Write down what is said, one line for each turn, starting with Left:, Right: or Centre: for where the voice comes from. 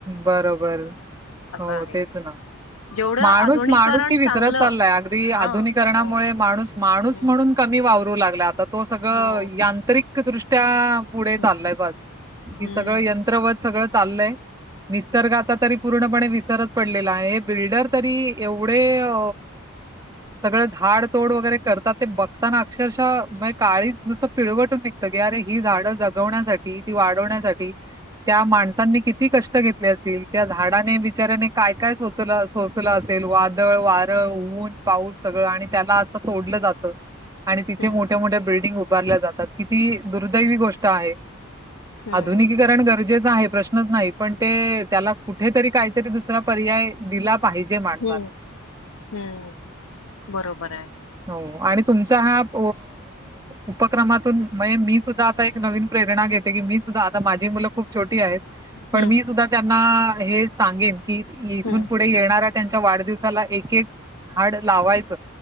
Right: बरोबर, हो
Left: आहे.
Right: तेच ना.
Left: जेवढं
Right: माणूस
Left: आधुनिकरण
Right: माणूसकी विसरत
Left: चांगलं
Right: चाललाय, अगदी
Left: हा
Right: आधुनिकरणामुळे
Left: हो
Right: माणूस माणूस
Left: हम्म
Right: म्हणून कमी वावरू लागलाय आता, तो सगळं
Left: हो
Right: यांत्रिकदृष्ट्या पुढे
Left: हम्म
Right: चाललाय बस,
Left: हम्म
Right: कि सगळं यंत्रवध सगळं चाललंय. निसर्गाचा तरी पूर्णपणे विसरच पडलेला आहे, हे बिल्डर तरी एवढे अ सगळं झाड तोड वगैरे करतात ते बघताना अक्षरशः मय काळीज नुसतं पिळवटून निघ त की अरे ही झाड जगवण्यासाठी ती वाढवण्यासाठी त्या माणसांनी किती कष् त घेतले असतील, त्या झाडाने बिचाऱ्याने काय काय सोचलं सोसलं असेल वादळ वा अ ऊन पाऊ सगळं आणि त्याला असं तोडलं जातं, आणि तिथे
Left: हम्म
Right: मोठ्या मोठ्या बिल्डिंग उभारल्या जात तात, किती दुर्दैवी गोष्ट आहे,
Left: हम्म
Right: आधुनिकीकरण गरजेचं आहे प्रश्नच नाही पण ते त्याला कुठेतरी काहीतरी दुसरा पर्याय दिला पाहिजे माणसाने.
Left: हम्म हम्म, बरोबर आहे.
Right: हो, आणि तुमचा हा अ उपक्रमातून म्हणजे मी सुद्धा एक नवीन प्रेरणा घेते की मी सुद्धा आता माझी मुलं खूप छोटी आहेत, पण
Left: हम्म
Right: मी सुद्धा त्यांना हेच सांगेन की, इथून
Left: हम्म
Right: पुढे येणाऱ्या त्यांच्या वाढदिवसाला एक एक झाड लावायचं.